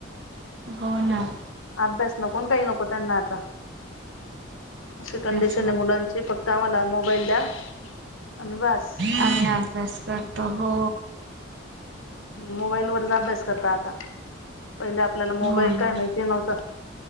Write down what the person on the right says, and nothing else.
हो ना.
तेच ना.
आम्ही अभ्यास करतो हो.
हो ना.